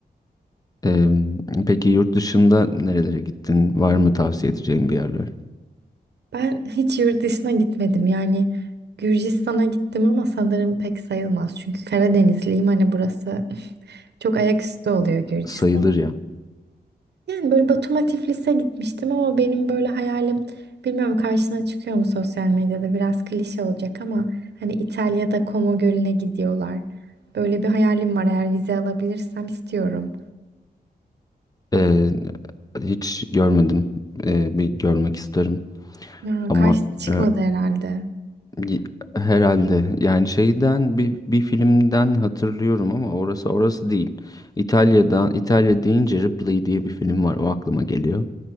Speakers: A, on the left; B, on the right.
A: e, peki yurt dışında nerelere gittin? Var mı tavsiye edeceğin bir yerler?
B: Ben hiç yurt dışına gitmedim. Yani Gürcistan'a gittim ama sanırım pek sayılmaz. Çünkü Karadenizliyim. Hani burası <laughs> çok ayaküstü oluyor Gürcistan.
A: Sayılır ya.
B: Yani böyle Batum'a Tiflis'e gitmiştim ama benim böyle hayalim bilmiyorum karşına çıkıyor mu sosyal medyada biraz klişe olacak ama hani İtalya'da Como Gölü'ne gidiyorlar. Böyle bir hayalim var eğer vize alabilirsem istiyorum.
A: Ee, hiç görmedim. Ee, bir görmek isterim
B: Ya
A: ama
B: karşına çıkmadı
A: e,
B: herhalde.
A: Y- Herhalde yani şeyden bir, bir filmden hatırlıyorum ama orası orası değil. İtalya'dan İtalya deyince Ripley diye bir film var o aklıma geliyor.